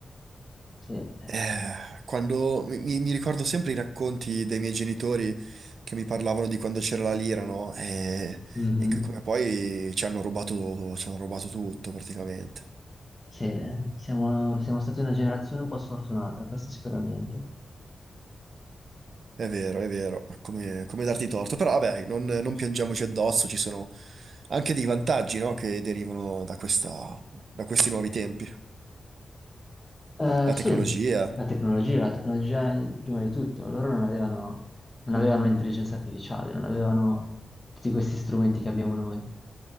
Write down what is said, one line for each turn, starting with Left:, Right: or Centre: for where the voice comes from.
Left: sì. eh.
Right: Eh, quando mi, mi- mi ricordo sempre i racconti dei miei genitori che mi parlavano di quando c'era la lira, no? E,
Left: Mhm.
Right: e che come poi ci hanno rubato, ci hanno rubato tutto praticamente.
Left: Sì, eh, siamo, siamo stati una generazione un po' sfortunata, questo sicuramente.
Right: È vero, è vero, come, come darti torto. Però vabbè, non, non piangiamoci addosso, ci sono anche dei vantaggi, no? Che derivano da questa, da questi nuovi tempi.
Left: Eh,
Right: La
Left: sì,
Right: tecnologia.
Left: la tecnologia, la tecnologia eh, prima di tutto, loro non avevano, non avevano l'intelligenza artificiale, non avevano tutti questi strumenti che abbiamo noi.